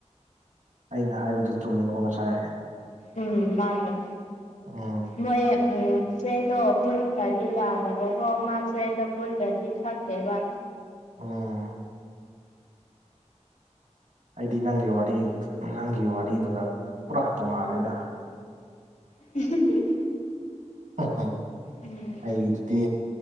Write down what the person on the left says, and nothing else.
ꯎꯝ ꯃꯥꯔꯂ
ꯃꯣꯏ ꯐ꯭ꯔꯦꯟꯗꯣ ꯄꯨꯟꯈ꯭ꯔꯗꯤ ꯌꯥꯗꯕꯀꯣ ꯃꯥ ꯐ꯭ꯔꯦꯟꯗꯣ ꯄꯨꯟꯈ꯭ꯔꯗꯤ ꯊꯛꯛꯇꯦꯕ
<unintelligible>
ꯎꯝ